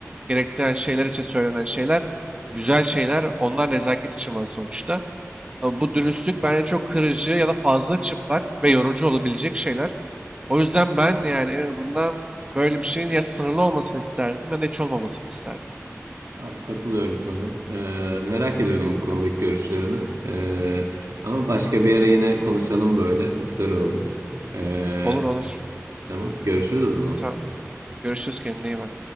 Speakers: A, on the right (about 20°); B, on the right (about 80°).
A: gerektiren şeyler için söylenen şeyler, güzel şeyler, onlar nezaket için var sonuçta. Ama Bu dürüstlük bence çok kırıcı ya da fazla çıplak ve yorucu olabilecek şeyler. O yüzden ben yani en azından böyle bir şeyin ya sınırlı olmasını isterdim ya da hiç olmamasını isterdim.
B: Abi, katılıyorum sana. Ee, merak ediyordum bu konudaki görüşlerini. Ee, ama başka bir ara yine konuşalım böyle. Güzel oldu. Ee,
A: Olur olur.
B: tamam, görüşürüz o zaman.
A: Tamam. Görüşürüz kendine iyi bak.